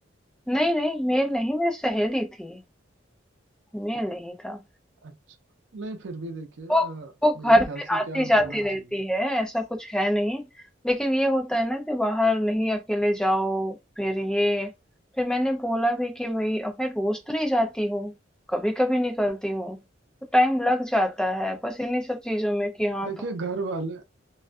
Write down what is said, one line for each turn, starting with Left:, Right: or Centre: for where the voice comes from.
Centre: नहीं नहीं मेल नहीं मेरी सहेली थी मेल नहीं था
Right: अच्छा, नहीं फिर भी देखिए
Centre: वो
Right: अ,
Centre: वो
Right: मेरे
Centre: घर
Right: ख्याल
Centre: पे
Right: से
Centre: आती-जाती
Right: क्या होना
Centre: रहती
Right: चाहिए
Centre: है, ऐसा कुछ है नहीं। लेकिन ये होता है ना कि बाहर नहीं अकेले जाओ, फिर ये फिर मैंने बोला भी कि भई अब मैं रोज़ तो नहीं जाती हूँ, कभी-कभी निकलती हूँ, तो टाइम लग जाता है बस इन्हीं सब चीज़ों में कि हाँ,
Right: देखिए
Centre: तो
Right: घर वाले